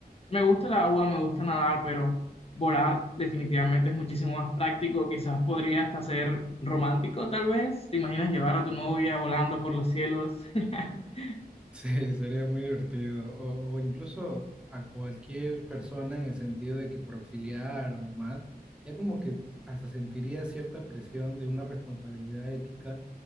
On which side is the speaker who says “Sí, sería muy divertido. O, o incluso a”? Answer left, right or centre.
Centre